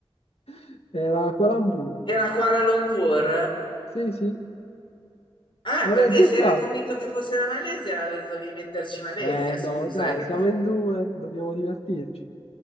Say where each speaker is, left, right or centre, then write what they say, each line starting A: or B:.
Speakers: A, on the left; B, on the left.
A: <laughs> Era Kuala Lumpur.
B: era Kuala Lumpur.
A: Sì, sì.
B: Ah,
A: Avrei
B: perché
A: azzeccato.
B: se eri convinto che fosse la Malesia, l'avevi dovevi metterci Malesia,
A: Eh
B: scusa,
A: no, dai,
B: eh, che
A: siamo
B: ti...
A: in due, dobbiamo divertirci.